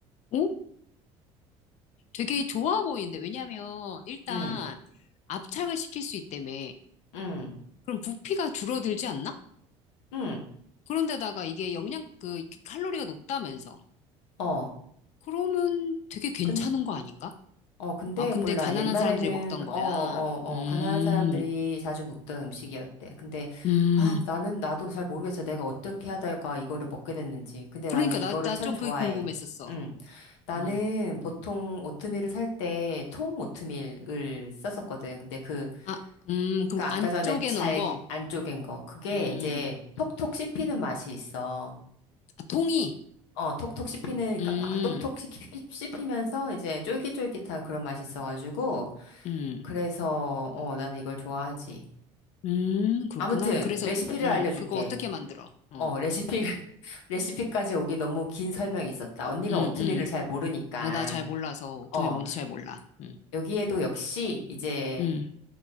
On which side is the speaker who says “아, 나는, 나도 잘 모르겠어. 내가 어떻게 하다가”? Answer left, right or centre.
Left